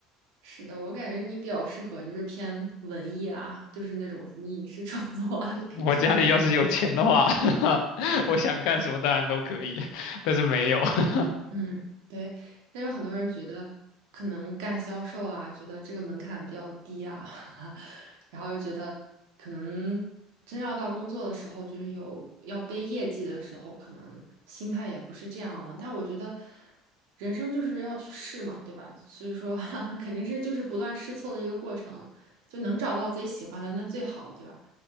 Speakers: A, on the right (about 85°); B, on the left (about 70°).
A: 是的，我感觉你比较适合就是偏文艺啊，就是那种什么影视创作啊，<laughs> 可以去试
B: 我家里要是有钱的话，<laughs> 我想干什么当然都可以，但是没有。<laughs>
A: 嗯，对。但有很多人觉得可能干销售啊，觉得这个门槛比较低啊，<laughs> 然后又觉得可能真要到工作的时候，就是有要背业绩的时候，可能心态也不是这样了。但我觉得人生就是要去试嘛，对吧？所以说 <laughs> 肯定是就是不断试错的一个过程，就能找到自己喜欢的那最好，对吧？